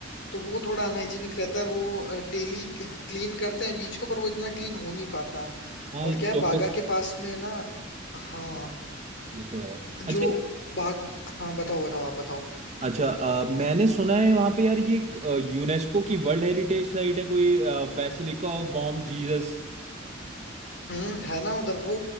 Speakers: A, on the left (about 60°); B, on the right (about 35°).
A: तो वो थोड़ा अनहाइजीनिक रहता है वो डेली क्लीन करते हैं बीच को पर वो इतना क्लीन हो नहीं पाता
B: हाँ
A: और
B: ये
A: क्या
B: तो
A: है बागा
B: लोगों
A: के पास में ना हाँ
B: ये तो है अच्छा
A: जो बाग हाँ बताओ बताओ आप बताओ
B: अच्छा अ, मैंने सुना है वहां पे यार ये यूनेस्को की वर्ल्ड हेरिटेज साइट है कोई basilica of Bom Jesus
A: हम्म है ना उधर वो